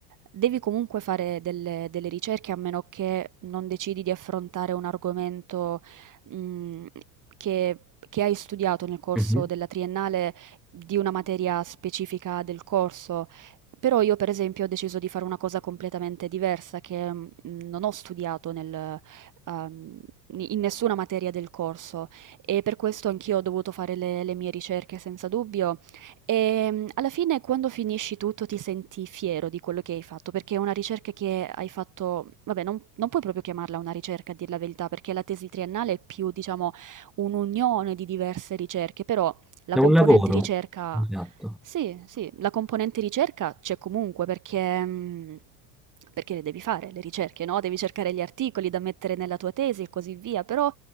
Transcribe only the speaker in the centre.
Mhm.
È
un lavoro.
Esatto.